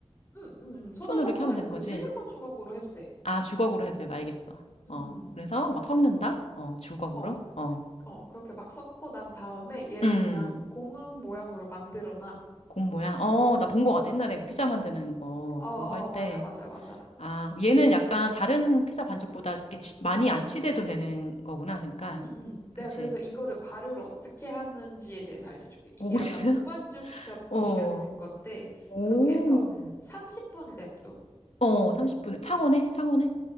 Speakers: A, on the left (about 20°); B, on the left (about 80°).
A: 응, 응, 응. 손으로
B: 손으로
A: 섞어내고
B: 이렇게 하면 되는 거지?
A: 그 실리콘 주걱으로 해도 돼.
B: 아, 주걱으로 해서되가 알겠어.
A: 응,
B: 어,
A: 응, 응.
B: 그래서 막 섞는다? 어, 주걱으로?
A: 어,
B: 어,
A: 어, 그렇게 막 섞고 난 다음에 얘를
B: 음,
A: 그냥 공흥 모양으로 만들어 놔.
B: 공 모양? 어, 나 본 거 같아. 옛날에
A: 음.
B: 그 피자 만드는 거,
A: 어, 어,
B: 그런 거 할 때.
A: 맞아, 맞아, 맞아.
B: 아, 그럼 얘는 약간 다른 피자 반죽보다 이렇게 치- 많이 안 치대도 되는 거구나. 그러니까.
A: 응. 응. 내가
B: 그치?
A: 그래서 이거를 발효를 어떻게 하는지에 대해서 알려줄게. 이게
B: 오,
A: 약간
B: 진짜?
A: 무반죽 접기
B: <laughs> 어.
A: 같은 건데,
B: 오.
A: 그렇게 해서 30분을 냅둬.
B: 어, 30분에. 상온에? 상온에?